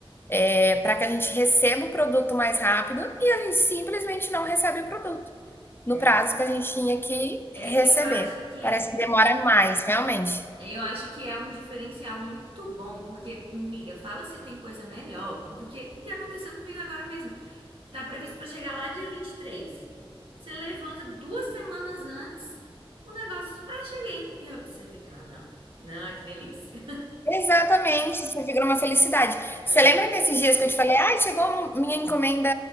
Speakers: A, on the left; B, on the right.
A: é, para que a gente receba o produto mais rápido e a gente simplesmente não recebe o produto no
B: É.
A: prazo que a gente tinha que
B: É,
A: receber.
B: e eu acho que
A: Parece que demora mais, realmente.
B: eu acho que é um diferencial muito bom, porque, miga, fala se tem coisa melhor do que o que aconteceu comigo agora mesmo. Tá previsto para chegar lá dia vinte e três Você levanta duas semanas antes, o negócio. Ah, cheguei. E eu- você fica, ah, não. Não, que delícia.
A: Exatamente, isso vira uma felicidade.
B: É.
A: Você lembra nesses dias que eu te falei, ai, chegou um, minha encomenda